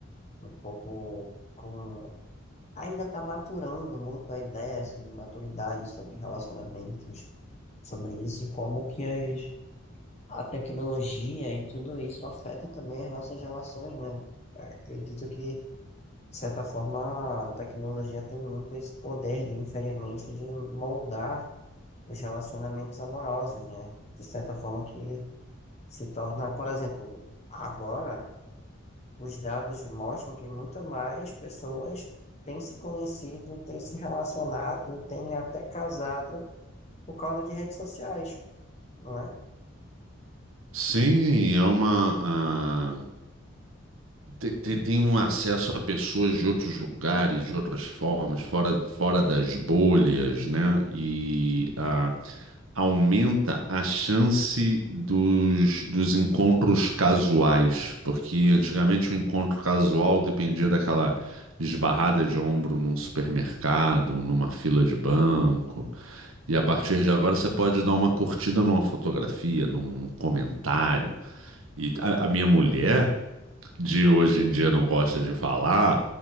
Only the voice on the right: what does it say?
Sim, é uma. ah, Tem, tem- tem um acesso a pessoas de outros lugares, de outras formas, fora, fora das bolhas, né? E ah, aumenta a chance dos, dos encontros casuais, porque antigamente o encontro casual dependia daquela esbarrada de ombro num supermercado, numa fila de banco. E a partir de agora você pode dar uma curtida numa fotografia, num comentário. E a, a minha mulher de hoje em dia não gosta de falar,